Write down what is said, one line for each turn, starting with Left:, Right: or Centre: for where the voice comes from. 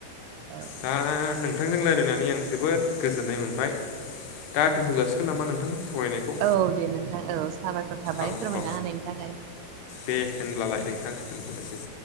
Right: औ
Left: दा नों नोंथांजों रायल्लायनानै आं जोबोद गोजोननाय मोनबाय दा दोन्थ' जासिगोन नामा नोंथां। सावरायनायखौ
Right: औ दे नोंथां औ साबायखर थाबाय
Left: औ
Right: फोरमायना
Left: औ
Right: होनायनि थाखाय
Left: दे होनब्लालाय नोंथां दोनथ'नोसै।